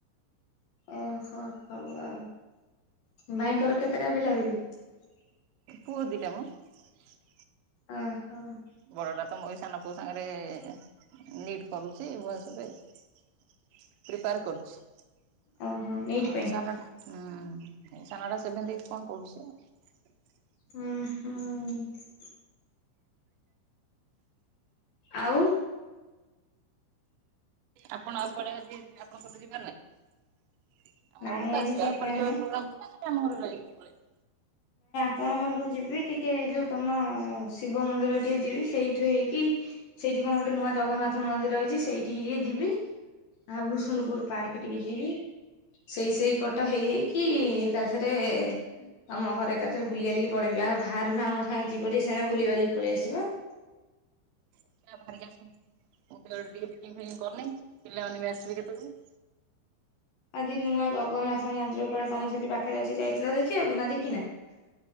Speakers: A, on the left; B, on the right.
A: ଓହୋ ହଉ ଆଉ ଭାଇଙ୍କର କେତେଟା ପିଲାପିଲି ।
B: ପୁଅ ଦି ଟା ମ ।
A: ଅ ହଁ।
B: ବଡ଼ଟା ତ ମୋର ସାନ ପୁଅ ସାଙ୍ଗରେ ନିଟ୍ କରୁଛି ଭୂଏନଶ୍ୱରରେ । ପ୍ରିପେୟାର କରୁଛି
A: ଓହୋ ଏଇଥି
B: ଆଉ
A: ପାଇଁ
B: ସାନଟା । ସାନ ଟା ସେଭେନ ଏଇଟଥ କଣ ପଢୁଛି ଆଉ ।
A: ହୁଁ ହୁଁ । ଆଉ ।
B: ଆପଣ ଆଉ କୁଆଡେ ଆଜି ଆପଣ ଙ୍କର ଯିବାର ନାଇଁ । ଆମ
A: ନାଇଁ
B: ଘର କୁ ତ
A: ଆଜି
B: ଆସିବେ ଆଉ କଆଡେ ଯିବାର
A: ନାଇଁ
B: ପ୍ରୋଗ୍ରାମ ଅଛି ନା । ତମ ଘରେ ଟଇକି ପଳେଇବି ।
A: ଆପଣଙ୍କ ଘରକୁ ଯିବି ଟିକେ ଯୋଉ ତମ ଶିବ ମନ୍ଦିର ଟିକେ ଯିବି ସେଇଠୁ ହେଇକି ସେଇଠି କଣ ଗୋଟେ ନୂଆ ଜଗନ୍ନାଥ ମନ୍ଦିର ହେଇଛି ସେଇଠିକି ଟିକେ ଯିବି ଆ ଭୂଷୁଣପୁର ପାର୍କ ଟିକେ ଯିବି ସେଇ ସେଇ ପଟ ହେଇ ହେଇକି ଏକା ଥରେ । ତମ ଘରେ ଏକାଥରେ ବୁଲିିବାଲିକି ପଳେଇବି ଆଉ ଭାରୁନ ଆମ ସାଙ୍ଗେ ଯିବ ଟିକେ ସେନେ ବୁଲି ବାଲିକି ପଳେଇଆସିବ ।
B: ଦେଖିବା ଭାରି କି ଆସନ୍ତୁ ମୁଁ ଫରେ ଟିକେ ପେକିଙ୍ଗ ଫେକିଙ୍ଗ କରନି ପିଲାମାନେ ବି ଆସିବେ କେତେ ବେଳୁକୁ ।
A: ଆଜି ନୂଆ ଜଗନ୍ନାଥ ମନ୍ଦିର କୁଆଡେ । ତମ ସେଠି ପାଖରେ ଅଛି ଯାଇଥିଲ ଦେଖିବାକୁ ନା ଦେଖିିନା ।